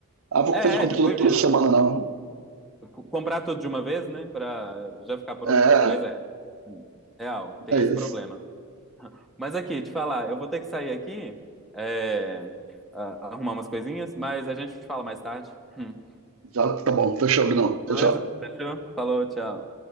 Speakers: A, on the right (about 70°); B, in the centre.
A: Ah, vou
B: É,
A: fazer computador
B: é, tipo isso.
A: toda semana, não.
B: C- Comprar tudo de uma vez, né, pra já ficar pronto,
A: É,
B: mas é. Hum, Real, tem
A: é
B: esse
A: isso.
B: problema. Mas aqui, te falar, eu vou ter que sair aqui, é, a- arrumar umas coisinhas, mas a gente fala mais tarde. Hum.
A: Já tá bom, fechou, Bruno. Tchau,
B: Beleza?
A: tchau.
B: Fechou? Falou, tchau.